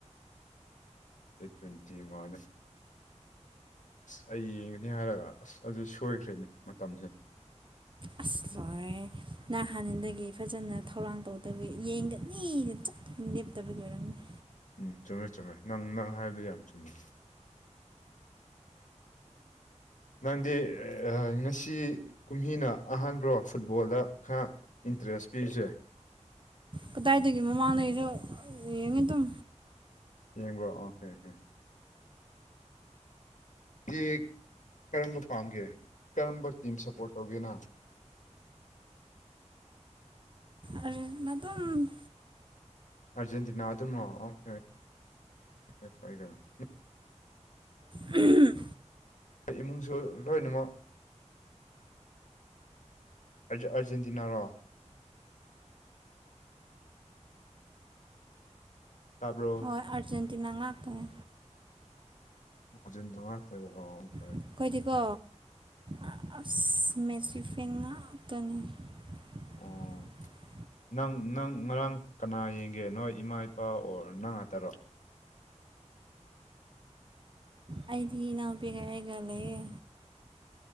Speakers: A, on the left; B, on the right.
A: ꯗꯦꯠ ꯇ꯭ꯋꯦꯟꯇꯤ ꯃꯥꯅꯤ ꯑꯁ ꯑꯩ ꯌꯦꯡꯒꯅꯤ ꯍꯥꯏꯔꯒ ꯑꯁ ꯑꯗꯨ ꯁꯣꯏꯈ꯭ꯔꯦꯅꯦ ꯃꯇꯝꯁꯦ
B: ꯑꯁ ꯂꯣꯏꯔꯦꯍꯦ ꯅꯪ ꯍꯥꯟꯅꯗꯒꯤ ꯐꯖꯅ ꯊꯧꯔꯥꯡ ꯇꯧꯗꯕꯩ ꯌꯦꯡꯒꯅꯤꯅ ꯆꯞ ꯂꯦꯞꯇꯕꯩ ꯑꯣꯏꯔꯝꯒꯅꯤ
A: ꯎꯝ ꯆꯨꯝꯃꯦ ꯆꯨꯝꯃꯦ ꯅꯪ ꯅꯪꯅ ꯍꯥꯏꯗꯣ ꯌꯥꯝ ꯆꯨꯝꯃꯦ ꯅꯪꯗꯤ ꯉꯁꯤ ꯀꯨꯝꯍꯤꯅ ꯑꯍꯥꯟꯕ꯭ꯔꯣ ꯐꯨꯠꯕꯣꯜꯗ ꯈꯔ ꯏꯟꯇꯔꯦꯁ ꯄꯤꯕꯁꯦ
B: ꯀꯗꯥꯏꯗꯒꯤ ꯃꯃꯥꯡꯉꯩꯁꯨ ꯌꯦꯡꯉꯤ ꯑꯗꯨꯝ
A: ꯌꯦꯡꯕ꯭ꯔꯣ ꯑꯣꯀꯦ ꯀꯦ ꯀꯤꯛ ꯀꯔꯝꯕ ꯄꯥꯝꯒꯦ ꯀꯔꯝꯕ ꯇꯤꯝ ꯁꯞꯄꯣꯔꯠ ꯇꯧꯒꯦ ꯅꯪ
B: ꯑꯔꯖꯦꯟ ꯑꯗꯨꯝ
A: ꯑꯥꯔꯖꯦꯟꯇꯤꯅꯥ ꯑꯗꯨꯝꯔꯣ ꯑꯣꯀꯦ <unintelligible>
B: ꯑꯍꯝ
A: ꯑꯩ ꯏꯃꯨꯡꯁꯨ ꯂꯣꯏꯅꯃꯛ ꯑꯔꯖꯦꯟ ꯑꯔꯖꯦꯟꯇꯤꯅꯥꯔꯣ ꯇꯥꯕ꯭ꯔꯣ
B: ꯍꯣꯏ ꯑꯔꯖꯦꯟꯇꯤꯅꯥ ꯉꯥꯛꯇꯅꯤ
A: ꯑꯔꯖꯦꯟꯇꯤꯅꯥ ꯉꯥꯛꯇ <unintelligible>
B: ꯑꯩꯈꯣꯏꯗꯤꯀꯣ ꯑꯥꯁ ꯃꯦꯁꯤ ꯐꯦꯟ ꯉꯥꯛꯇꯅꯤ <inaudible>
A: ꯑꯣ ꯅꯪ ꯅꯪ ꯉꯔꯥꯡ ꯀꯅꯥ ꯌꯦꯡꯒꯦ ꯅꯣꯏ ꯏꯃꯥ ꯏꯄꯥ ꯑꯣꯔ ꯅꯪ ꯉꯥꯛꯇꯔꯣ
B: ꯑꯩꯗꯤ ꯏꯅꯥꯎꯄꯤꯒ ꯑꯩꯒ ꯂꯩꯌꯦ